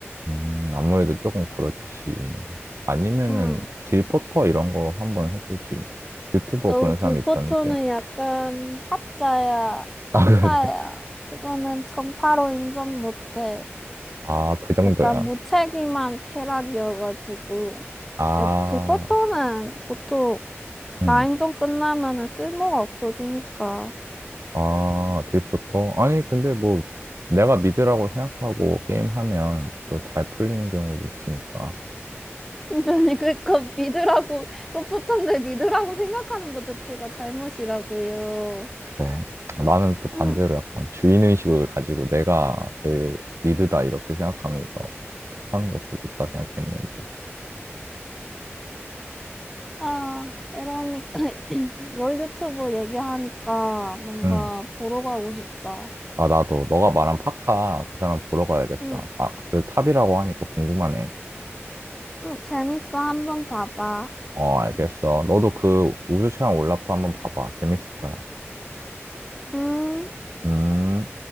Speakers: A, on the right; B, in the centre.
A: 음, 아무래도 조금 그렇지. 아니면은
B: 응.
A: 딜포터 이런 거 한번 해보지. 유튜버
B: 어,
A: 그런
B: 디포터는
A: 사람이 있던데.
B: 약간 사자야,
A: <laughs>
B: 사파야.
A: 아, 그래?
B: 그거는 정파로 인정 못해.
A: 아, 그 정도야?
B: 약간 무책임한 캐락이어가지고.
A: 아,
B: 아니, 디포터는 보통
A: 음.
B: 라인전 끝나면은 쓸모가 없어지니까.
A: 아, 딜포터? 아니, 근데 뭐 내가 미드라고 생각하고 게임하면 또 잘 풀리는 경우도 있으니까.
B: 아니 그거 믿으라고 소프트한데 믿으라고 생각하는 것 자체가 잘못이라고요.
A: 그래. 나는 또 반대로
B: 응,
A: 약간 주인의식을 가지고 내가 제일 미드다 이렇게 생각하면서 하는 것도 좋다 생각했는데.
B: 아, 이러니까 <coughs> <clears throat> 롤 유튜브 얘기하니까 뭔가
A: 음.
B: 보러 가고 싶다.
A: 아, 나도. 너가 말한 파카, 그 사람 보러 가야겠다.
B: 응,
A: 아, 그래 탑이라고 하니까 궁금하네.
B: 응, 재밌어. 한번 봐봐.
A: 어, 알겠어. 너도 그 우주 체험 올라프 한번 봐봐. 재밌을 거야.
B: 음.
A: 음.